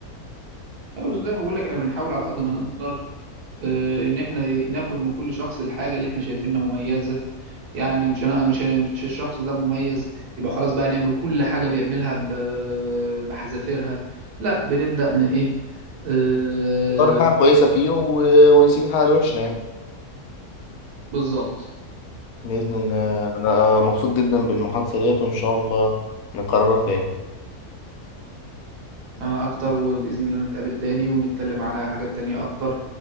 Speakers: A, on the right (about 85°); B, on the left (about 75°).
A: أيوة، زي ما بقول لك احنا بنحاول على قد ما نقدر آه، ان احنا ناخد من كل شخص الحاجه اللي احنا شايفينها مميزه يعني مش انا مش مش الشخص ده مميز يبقى خلاص بقى هنعمل كل حاجه بيعملها ب- بحذافيرها لا بنبدا ان ايه آه
B: نختار الحاجة الكويسة فيه و- ونسيب الحاجة الوحشة يعني
A: بالظبط
B: بإذن الله أنا مبسوط جدا بالمحادثة ديت وإن شاء الله نكررها تاني
A: انا اكتر وباذن الله نتقابل تاني ونتكلم على حاجات تانية اكتر